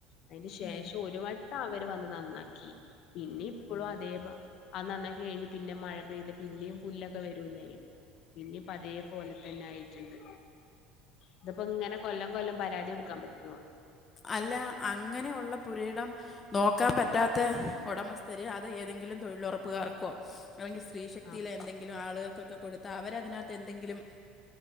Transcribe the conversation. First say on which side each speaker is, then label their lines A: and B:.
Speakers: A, on the left; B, on the left.
A: അയ്ന് ശേഷം
B: ഉം.
A: ഒരു വട്ടം അവര് വന്ന് നന്നാക്കി പിന്നെ ഇപ്പളും
B: ഉം.
A: അതേ പാ <unintelligible> അത് നന്നാക്കി കഴിഞ്ഞ് പിന്നെ മഴ പെയ്ത പിന്നെയും പുല്ലൊക്കെ വരൂലേ ഇന്നിപ്പതേ പോലെ തന്നെ ആയിട്ടുണ്ട് ഇതിപ്പോ ഇങ്ങനെ കൊല്ലം കൊല്ലം പരാതി കൊടുക്കാൻ പട്ടുവോ
B: അല്ല അങ്ങനെയുള്ള പുരയിടം നോക്കാൻ പറ്റാത്ത ഒടമസ്ഥര് അത് ഏതെങ്കിലും തൊഴിലൊറപ്പുകാർക്കോ <unintelligible> സ്ത്രീ ശക്തിയിലെ
A: ആഹ്
B: എന്തെങ്കിലും ആളുകൾക്കൊക്കെ കൊടുത്താ അവരതിനാത്ത് എന്തെങ്കിലും